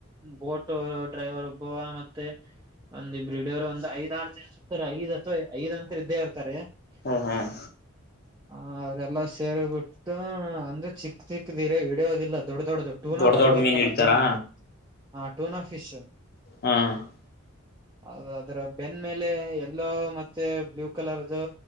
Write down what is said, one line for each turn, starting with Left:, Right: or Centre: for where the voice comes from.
Right: ಬೋಟ್ ಡ್ರೈವರ್ ಒಬ್ಬವ ಮತ್ತೆ ಒಂದ್ ಇಬ್ರು ಹಿಡೋರು ಒಂದ ಐದ ಆರು ಜನ ಇರ್ತಾರೆ ಐದ ಅಥವಾ ಐದ ಅಂತು ಇದ್ದೇ ಇರ್ತಾರೆ
Left: ಹ್ಮ ಹ್ಮ್
Right: <unintelligible> ಹ ಅವ್ರಲ್ಲಾ ಸೇರ್ ಬಿಟ್ಟು ಅಂದ್ರೆ ಚಿಕ್ಕ ಚಿಕ್ ದಿರ ಹಿಡಿಯೋದಿಲ್ಲ ದೊಡ್ಡ ದೊಡ್ಡದು ಟೂಬಾಳು
Left: ದೊಡ್ಡ ದೊಡ್ಡ
Right: ಗೋತ್ತಲ್ಲ
Left: ಮೀನ್ ಹಿಡಿತಾರಾ
Right: ಟೋನಾ ಹಾ ಟೂನಾ ಫಿಶ್
Left: ಹ್ಮ
Right: ಅ ಅದ್ರ ಬೆನ್ ಮೇಲೆ ಎಲ್ಲೋ ಮತ್ತೆ ಬ್ಲೂ ಕಲರ್ದು